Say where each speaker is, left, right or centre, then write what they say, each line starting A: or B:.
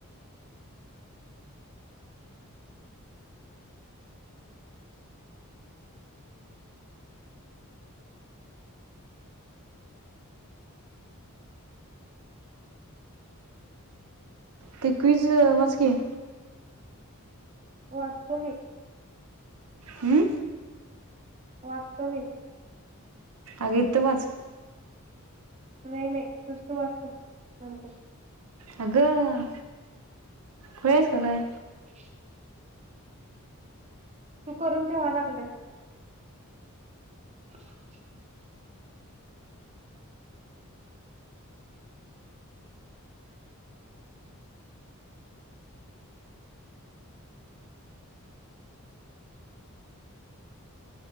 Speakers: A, on the right; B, on the right.
A: ते क्विज वाच की?
B: वाचतो मी.
A: हम्म.
B: वाचतो मी.
A: अग इथ वाच.
B: नाही. नाही. तूझ तू वाच ते नंतर
A: अगं खुळी आहेस का काय?
B: <inaudible> तू करून ठेवा लागल्यास. <inaudible>